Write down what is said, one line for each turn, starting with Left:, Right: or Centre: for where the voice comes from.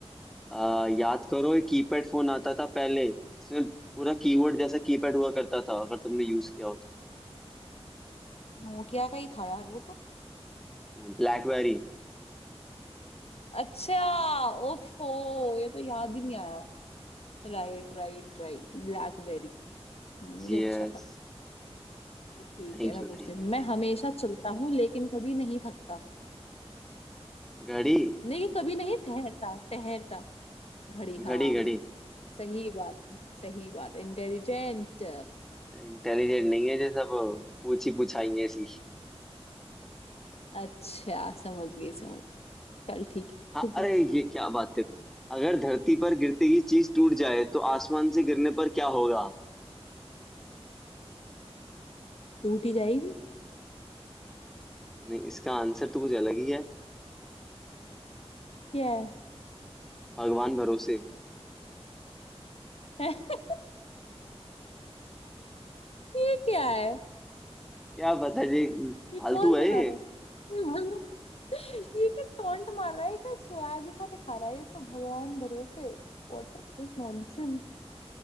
Centre: आ, याद करो एक कीपैड फोन आता था पहले इसमें पूरा कीबोर्ड जैसा कीपैड हुआ करता था अगर तुमने यूज किया हो
Left: नोकिया का ही था यार वो तो
Centre: तो BlackBerry
Left: अच्छा ओफो ये तो याद ही नहीं आया Right right right BlackBerry Hmm ये
Centre: Yes
Left: अच्छा था ठीक
Centre: Thank
Left: है मैं
Centre: you
Left: पूछती
Centre: thank
Left: हूँ
Centre: you
Left: मैं
Centre: thank
Left: हमेशा चलता हूँ लेकिन कभी नहीं थकता
Centre: you घड़ी
Left: लेकिन कभी नहीं ठहरता ठहरता घड़ी हाँ
Centre: घड़ी घड़ी
Left: सही बात है, सही बात इंटेलिजेंट
Centre: इंटेलिजेंट नहीं है जैसा वो पूछी पुछाई है ऐसी
Left: अच्छा समझ गई समझ चल ठीक है
Centre: हाँ
Left: तू
Centre: अरे
Left: पूछ
Centre: ये क्या बात है अगर धरती पर गिरते ही चीज टूट जाए तो आसमान से गिरने पर क्या होगा
Left: टूट ही जाएगी
Centre: नहीं इसका आंसर तो कुछ अलग ही है
Left: क्या है
Centre: भगवान भरोसे
Left: <laughs> ये क्या है
Centre: क्या पता जी फालतू
Left: ये कौन
Centre: है
Left: बना
Centre: ये
Left: रहा है ये भगवान ये क्या टॉन्ट मार रहा है क्या स्वैग सा दिखा रहा है ये तो भगवान भरोसे What is this nonsense